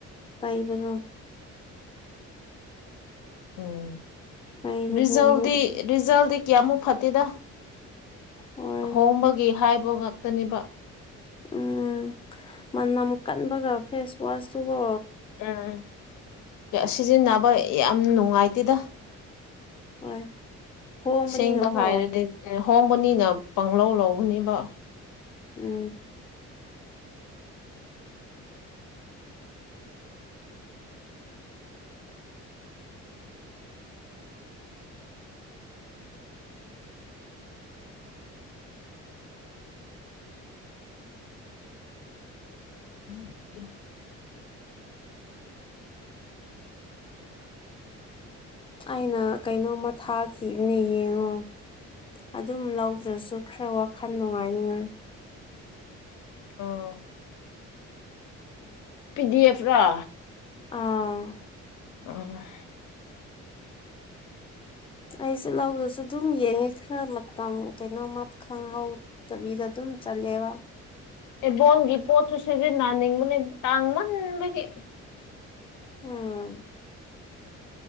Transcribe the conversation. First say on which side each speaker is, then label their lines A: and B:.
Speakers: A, on the left; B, on the left.
A: ꯇꯩꯕꯗꯣ
B: ꯎꯝ
A: ꯄꯩꯕꯗꯨꯗꯤ
B: ꯔꯤꯖꯜꯗꯤ ꯔꯤꯖꯜ ꯀꯌꯥꯃꯨꯛ ꯐꯠꯇꯦꯗ
A: ꯍꯣꯏ
B: ꯍꯣꯡꯕꯒꯤ ꯍꯥꯏꯕ ꯉꯥꯛꯇꯅꯦꯕ
A: ꯎꯝ ꯃꯅꯝ ꯀꯟꯕꯒ ꯐꯦꯁ ꯋꯥꯁꯇꯨꯒꯣ
B: ꯎꯝ ꯁꯤꯖꯤꯟꯅꯕ ꯌꯥꯝ ꯅꯨꯡꯉꯥꯏꯇꯦꯗ
A: ꯍꯣꯏ ꯍꯣꯡꯕꯅꯤꯅꯀꯣ
B: ꯁꯦꯡꯕ ꯍꯥꯏꯔꯗꯤ ꯍꯣꯡꯕꯅꯤꯅ ꯄꯪꯂꯧ ꯂꯧꯕꯅꯦꯕ
A: ꯎꯝ
B: ꯎꯝ <inaudible>
A: ꯑꯩꯅ ꯀꯩꯅꯣꯝꯃ ꯊꯥꯈꯤꯕꯅꯦ ꯌꯦꯡꯉꯣ ꯑꯗꯨꯝ ꯂꯧꯈ꯭ꯔꯁꯨ ꯈꯔ ꯋꯥꯈꯜ ꯅꯨꯡꯉꯥꯏꯅꯤꯉꯥꯏ
B: ꯑ ꯄꯤꯗꯤ ꯑꯦꯐ ꯔꯥ
A: ꯑꯥ
B: ꯑ
A: ꯑꯩꯁꯦ ꯂꯧꯗꯁꯨ ꯑꯗꯨꯝ ꯌꯦꯡꯉꯦ ꯈꯔ ꯃꯇꯝ ꯀꯩꯅꯣꯃ ꯈꯪꯍꯧꯗꯕꯤꯗ ꯑꯗꯨꯝ ꯆꯂꯦꯕ
B: ꯏꯕꯣꯟꯒꯤ ꯄꯣꯠꯁꯨ ꯁꯤꯖꯤꯟꯅꯅꯤꯡꯕꯅꯤ ꯇꯥꯡꯃꯟꯕꯒꯤ
A: ꯎꯝ